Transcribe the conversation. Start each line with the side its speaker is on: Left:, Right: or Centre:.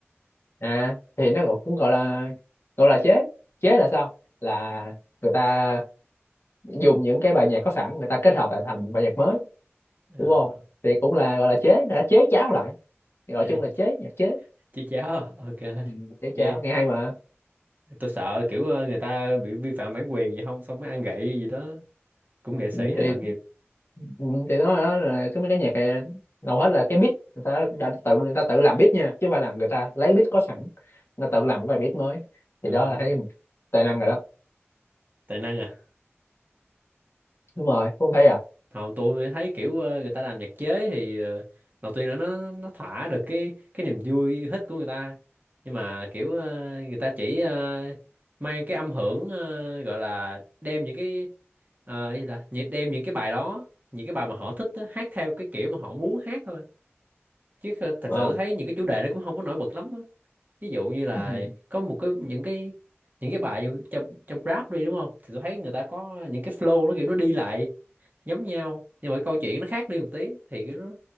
Left: à thì nó cũng, gọi là gọi là chế chế là sao là người ta dùng những cái bài nhạc có sẵn người ta kết hợp lại thành một bài nhạc mới
Right: à,
Left: đúng không thì cũng là gọi là chế người ta chế cháo lại thì gọi
Right: <laughs>
Left: chung là chế nhạc chế
Right: chứ cháo à? ok
Left: ừ, chế
Right: nghe
Left: cháo nghe hay mà
Right: tôi sợ kiểu ờ, người ta bị vi phạm bản quyền gì không xong mới ăn gậy gì đó cũng nghệ sĩ
Left: ừ,
Right: hết
Left: thì
Right: tội nghiệp
Left: ừ, thì đó, đó là cái mấy cái nhạc này hầu hết là cái beat người ta đã tự người ta tự làm beat nha chứ không phải là người ta lấy beat có sẵn người ta tự làm một bài beat mới thì
Right: Ờ,
Left: đó là thấy tài năng rồi đó
Right: tài năng à
Left: đúng rồi cũng thấy à
Right: Không, tôi thấy kiểu ờ, người ta làm nhạc chế thì ờ, đầu tiên là nó nó thỏa được cái cái niềm vui yêu thích của người ta nhưng mà kiểu ờ, người ta chỉ ờ, mang cái âm hưởng ờ, gọi là đem những cái ờ, cái gì ta Nhị- đem những cái bài đó những cái bài mà họ thích á, hát theo cái kiểu mà họ muốn hát thôi chứ kh- thật
Left: Ờ.
Right: sự thấy những cái chủ đề nó cũng không có nổi bật lắm á ví dụ như là
Left: Ừ.
Right: có một cái những cái những cái bài như trong trong rap đi đúng không thì tôi thấy người ta có những cái flow nó kiểu nó đi lại giống nhau nhưng mà cái câu chuyện nó khác đi một tí thì kiểu nó